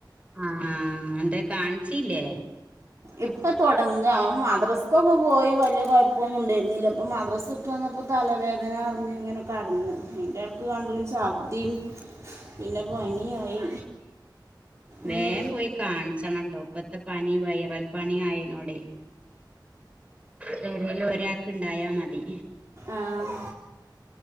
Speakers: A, on the right (about 15°); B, on the right (about 40°).
A: ആഹ് എന്തേ കാണിച്ചില്ലേ
B: ഇപ്പം തുടങ്ങ ഓന് മദ്രാസക്കൊക്കെ പോയി വല്ല്യ കുഴപ്പന്നും ഉണ്ടായിരുന്നില്ല ഇപ്പൾ മദ്രസ്സ് ഇട്ട് വന്നപ്പോ തലവേദന അറി ഇനെക്കെ കടന്ന് എൻ്റെ ക്ക് കണ്ടും ഛർധിം പിന്നെ പനിയായി
A: വേൻ
B: ഉം
A: പോയി കാണിച്ചണംട്ടോ ഇപ്പത്തെ പനി വൈറൽ പനി ആയതിനോടെ പെരേൽ ഒരാൾക്ക് ഇണ്ടായാ മതി
B: ആഹ്